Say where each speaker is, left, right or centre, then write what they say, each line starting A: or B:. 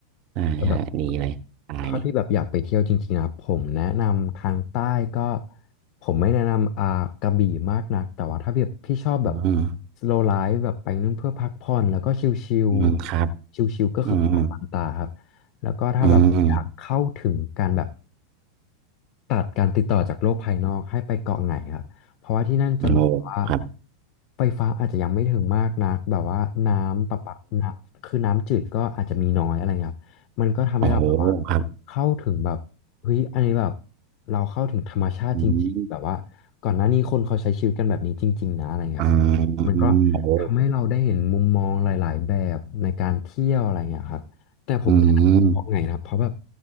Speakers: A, on the right (about 40°); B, on the left (about 40°).
A: ใช่ใช่ดีเลยตายนี่
B: แต่แบบ ถ้าพี่แบบอยากไปเที่ยวจริงๆนะผมแนะนำทางใต้ก็ผมไม่แนะนำอ่ากระบี่มากนักแต่ว่าถ้าแบบพี่ชอบแบบ
A: อืม
B: slow life แบบไปนู่นเพื่อพักผ่อนแล้วก็ชิลๆชิลๆก็คือเกาะลันตาครับ
A: อืมครับอืม
B: แล้วก็ถ้าแบบอยากเข้าถึงการแบบ
A: อืม
B: ตัดการติดต่อจากโลกภายนอกให้ไปเกาะไหนครับเพราะว่าที่นั่นจะเหมือนกับว่า
A: โอ้โหครับ
B: ไฟฟ้าอาจจะยังไม่ถึงมากนักแบบว่าน้ำประปาน้ำคือน้ำจืดก็อาจจะมีน้อยอะไรเงี้ยครับมันก็ทำให้เราแบบว่า
A: โอ้โหครับ
B: เข้าถึงแบบเฮ้ยอันนี้แบบเราเข้าถึงธรรมชาติจริงๆแบบว่าก่อนหน้านี้คนเขาใช้ชีวิตกันแบบนี้จริงๆนะอะไรเงี้ยครับมันก็
A: อืมอ่าอืมโอ้โห
B: ทำให้เราได้เห็นมุมมองหลายๆแบบในการเที่ยวอะไรเงี้ยครับ แต่ผมแนะนำเกาะไหงนะครับเพราะแบบ
A: อืม